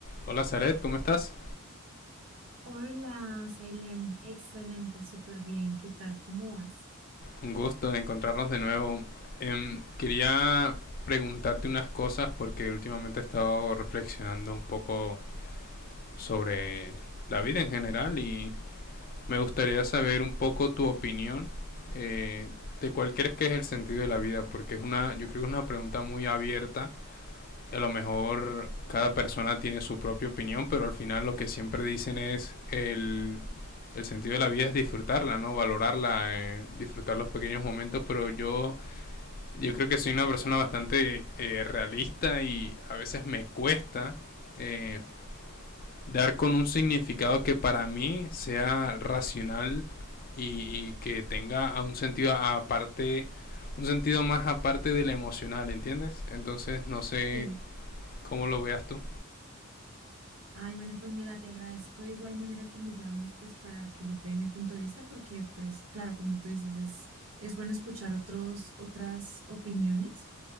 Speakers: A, on the left; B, on the right.
A: Hola Zaret, ¿cómo estás?
B: Hola, Sailem. Excelente, súper bien. ¿Qué tal? ¿Cómo vas?
A: Un gusto de encontrarnos de nuevo. Em, quería preguntarte unas cosas porque últimamente he estado reflexionando un poco sobre la vida en general y me gustaría saber un poco tu opinión eh, de cuál crees que es el sentido de la vida, porque es una, yo creo que es una pregunta muy abierta a lo mejor cada persona tiene su propia opinión, pero al final lo que siempre dicen es el, el sentido de la vida es disfrutarla, ¿no? Valorarla, eh, disfrutar los pequeños momentos, pero yo, yo creo que soy una persona bastante eh, realista y a veces me cuesta eh, dar con un significado que para mí sea racional y, y que tenga a un sentido aparte, un sentido más aparte del emocional, ¿entiendes? Entonces no sé
B: Sí,
A: cómo lo veas tú.
B: Ay, bueno, pues mira, te agradezco de igual manera que me llames, pues para que yo te dé mi punto de vista, porque pues claro, como tú dices, es, es bueno escuchar otros, otras opiniones.